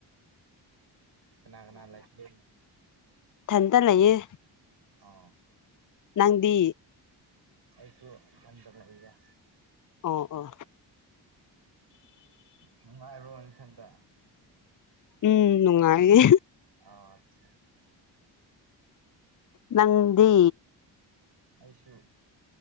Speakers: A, on the right; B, on the left.
A: ꯀꯅꯥ ꯀꯅꯥ ꯂꯩꯒꯦ꯫
B: ꯏꯊꯟꯇ ꯂꯩꯌꯦ꯫
A: ꯑꯣ꯫
B: ꯅꯪꯗꯤ꯫
A: ꯑꯩꯁꯨ ꯏꯊꯟꯗ ꯂꯩꯗ꯫
B: ꯑꯣ ꯑꯣ
A: ꯅꯨꯡꯉꯥꯏꯕ꯭ꯔꯣ ꯅꯊꯟꯗ꯫
B: ꯎꯝ ꯅꯨꯡꯉꯥꯏꯌꯦ
A: ꯑꯣ ꯑꯠꯁꯥ꯫
B: ꯅꯪꯗꯤ꯫
A: ꯑꯩꯁꯨ